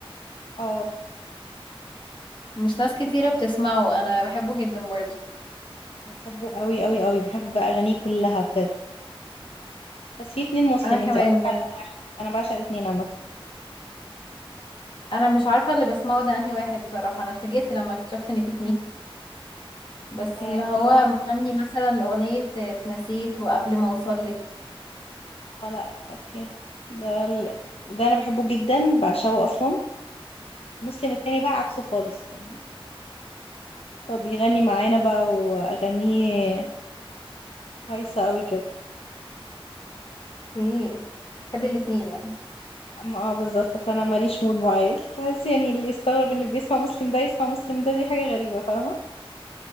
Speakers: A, on the left; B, on the left.
A: اه
B: مش ناس كتيرة بتسمعه أنا بحبه جدا برضه
A: بحبه قوي قوي قوي بحب أغانيه كلها بجد بس في اتنين مسلم
B: أنا كمان
A: انتي قصدك على أغاني واحد أنا بعشق الاتنين عامة
B: أنا مش عارفة اللي بسمعه ده أنهي واحد بصراحة أنا اتفاجئت لما اكتشفت إن في اتنين بس
A: آه،
B: اللي هو
A: اللي هو
B: مغني مثلا أغنية اتنسيت وقبل ما أوصلك
A: اه لا اوكي ده ال... ده انا بحبه جدا بعشقه اصلا مسلم التاني بقى عكسه خالص يعني هو بيغني معانا بقى واغانيه هايصه قوي كده
B: ايه بحب الاتنين يعني
A: اما اه بالظبط فانا ماليش مود معين تحس يعني اللي يستغرب ان اللي بيسمع مسلم ده يسمع مسلم ده دي حاجه غريبه فاهمه